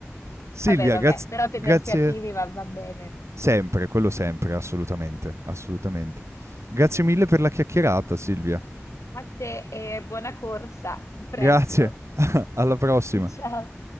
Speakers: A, on the right; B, on the left.
A: Silvia,
B: Vabbè, vabbè,
A: graz-
B: però tenersi
A: grazie
B: attivi va, va bene.
A: sempre, quello sempre, assolutamente, assolutamente. Grazie mille per la chiacchierata, Silvia.
B: A te e buona corsa, a presto.
A: Grazie, alla prossima.
B: <laughs> Ciao.